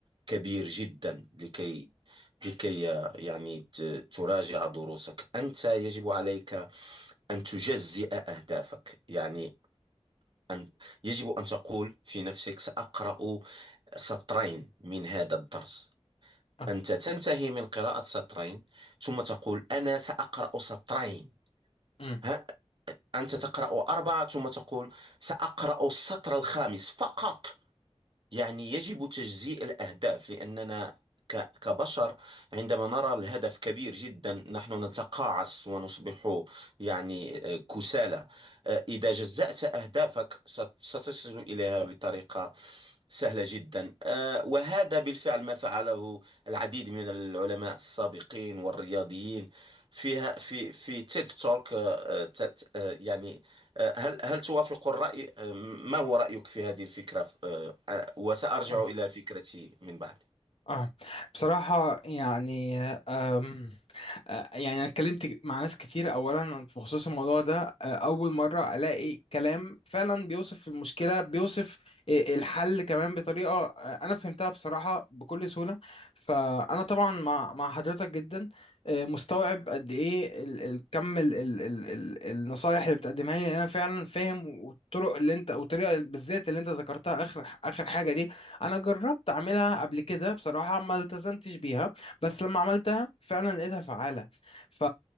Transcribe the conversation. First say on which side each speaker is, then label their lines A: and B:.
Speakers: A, on the right (about 50°); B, on the left (about 60°).
A: كبير جدا لكي لكي يعني ت- تراجع دروسك أنت يجب عليك أن تجزئ أهدافك يعني أن يجب أن تقول في نفسك سأقرأ سطرين من هذا الدرس
B: م-
A: أنت تنتهي من قراءة سطرين ثم تقول أنا سأقرأ سطرين
B: مم.
A: ها؟ أنت تقرأ أربعة ثم تقول سأقرأ السطر الخامس فقط يعني يجب تجزيء الأهداف لأننا ك- كبشر عندما نرى الهدف كبير جدا نحن نتقاعس ونصبح يعني آه، كسالى آه، إذا جزأت أهدافك ست- ستصل إليها بطريقة سهلة جدا آه، وهذا بالفعل ما فعله العديد من العلماء السابقين والرياضيين فيها في في تيد توك يعني هل هل توافق الرأي ما هو رأيك في هذه الفكرة أه، وسأرجع
B: مم.
A: إلى فكرتي من بعد
B: اه بصراحة يعني أم آه، يعني أنا اتكلمت مع ناس كتير أولا بخصوص الموضوع ده آه، أول مرة ألاقي كلام فعلا بيوصف المشكلة بيوصف آه، الحل كمان بطريقة آه، أنا فهمتها بصراحة بكل سهولة فأنا طبعا مع مع حضرتك جدا آه، مستوعب قد إيه ال- ال- كم ال- ال- ال- ال- النصايح اللي بتقدمها لي أنا فعلا فاهم والطرق اللي أنت والطريقة بالذات اللي أنت ذكرتها آخر آخر حاجة دي انا جربت اعملها قبل كده بصراحه ما التزمتش بيها بس لما عملتها فعلا لقيتها فعاله ف